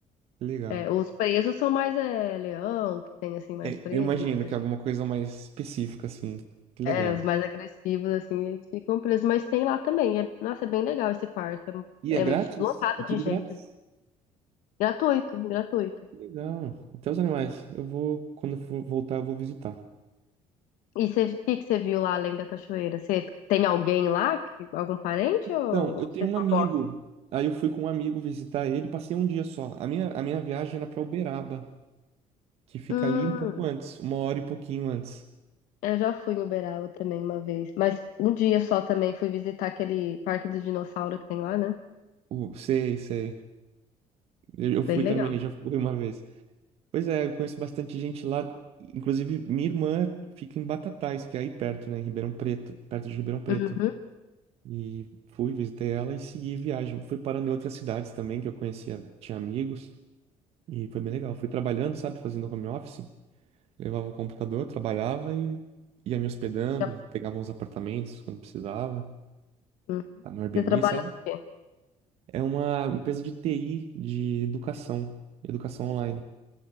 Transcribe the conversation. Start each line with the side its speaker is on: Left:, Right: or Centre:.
Right: Que legal.
Left: É, os presos são mais é, leão, que tem assim mais
Right: É,
Left: preso,
Right: eu imagino
Left: né?
Right: que é alguma coisa mais específica, assim. Que legal.
Left: É, os mais agressivos, assim, eles ficam presos, mas tem lá também. É- nossa, é bem legal esse parque.
Right: E
Left: É,
Right: é grátis?
Left: é lotado
Right: É tudo
Left: de gente,
Right: grátis?
Left: assim. Gratuito, gratuito.
Right: Que legal. Até os animais. Eu vou, quando eu for voltar, eu vou visitar.
Left: E você- o que que você viu lá além da cachoeira? Você tem alguém lá? que- Algum parente ou,
Right: Então, eu
Left: ou
Right: tenho
Left: você
Right: um
Left: só
Right: amigo.
Left: gosta?
Right: Aí eu fui com um amigo visitar ele, passei um dia só. A minha, a minha viagem era pra Uberaba, que fica
Left: Hum,
Right: ali um pouco antes, uma hora e pouquinho antes.
Left: eu já fui em Uberaba também uma vez, mas um dia só também fui visitar aquele parque do dinossauro que tem lá, né?
Right: Uh, sei, sei. Eu eu fui
Left: Bem legal.
Right: também, já fui uma vez. Pois é, eu conheço bastante gente lá. Inclusive, minha irmã fica em Batatais, que é aí perto, né, em Ribeirão Preto, perto de Ribeirão Preto.
Left: Uhum.
Right: E fui, visitei ela e segui viagem. Fui parando em outras cidades também que eu conhecia, tinha amigos, e foi bem legal. Fui trabalhando, sabe, fazendo home office, levava o computador, trabalhava e ia me hospedando,
Left: já-
Right: pegava uns apartamentos quando precisava,
Left: uhum.
Right: tá, no Airbnb,
Left: Você trabalha
Right: sabe?
Left: no quê?
Right: É uma empresa de TI, de educação, educação online.